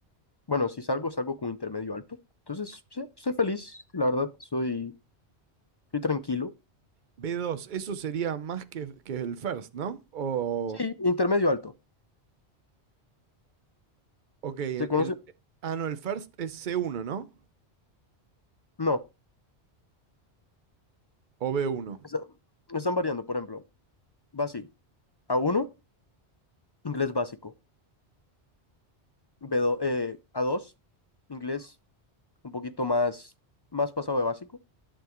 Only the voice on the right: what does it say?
b dos, eso sería más que, que el first, ¿no? O,
ok, el,
el- ah, no, el first es c uno, ¿no?
O b uno.